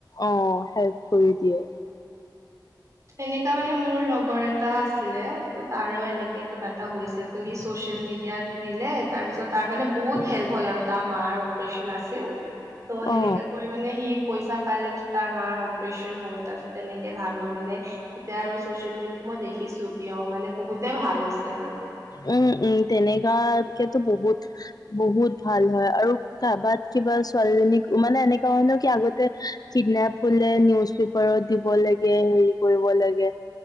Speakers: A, on the left (about 55°); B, on the right (about 40°).
A: অ হেল্প কৰি দিয়ে।
B: এনেকা মানে মোৰ লগৰ এটা আছিলে, ত তাৰো এনেকে কিবা এটা হৈছিল ত সি চচিয়েল মিডি য়াত দিলে তাৰ পিছত তাৰ মানে বহুত হেল্প হ'ল আৰু তাৰ মাৰ অপ্ৰেচন আছিল ত সেনেকে
A: অ
B: কৰি মানে সি পইচা পালে, তাৰ মাৰ অপ্ৰেচন হ'ল তাৰ পিছত তেনেকে ভাল হ'ল মানে তেতিয়া আৰু ছচিয়েল মিডিয়াটো মই দেখিছো কিয় মানে বহুতে ভাল হৈছে আৰু।
A: উম উম তেনেক কা কেতো বহুত বহুত ভাল হয় আৰু কাবাত কিবা ছোৱালীজনীক মানে তেনে কাৰণেও কি আগতে কিডনেপ হলে নিউজ পেপাৰত দিব লাগে হেৰি কৰিব লাগে,